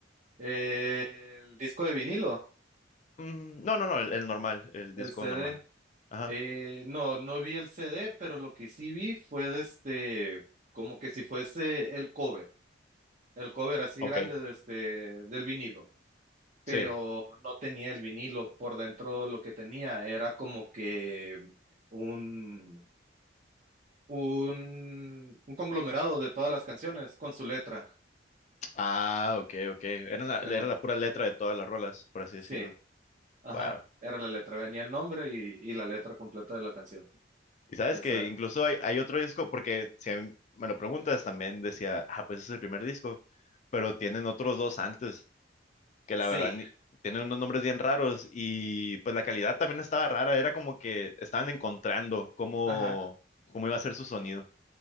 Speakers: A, on the right; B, on the left.
A: Eh, el disco de vinilo,
B: Mm, no, no, no, el, el normal, el disco
A: el CD,
B: normal. Ajá,
A: Eh, no, no vi el CD, pero lo que sí vi fue de este, como que si fuese el cover, el cover así
B: ok,
A: grande desde, del vinilo, pero
B: sí.
A: no tenía el vinilo por dentro, lo que tenía era como que un, un, un conglomerado de todas las canciones con su letra,
B: Ah, ok, ok. Era la,
A: se llama.
B: era la pura letra de todas las rolas, por así
A: Sí,
B: decirlo.
A: ajá,
B: Wow.
A: era la letra, venía el nombre y, y la letra completa de la canción,
B: Y sabes
A: esa
B: que
A: era.
B: incluso hay, hay otro disco, porque si a mí me lo preguntas, también decía, ah, pues es el primer disco, pero tienen otros dos antes. que
A: Sí,
B: la verdad ni- tienen unos nombres bien raros y pues la calidad también estaba rara, era como que estaban encontrando cómo,
A: ajá.
B: cómo iba a ser su sonido.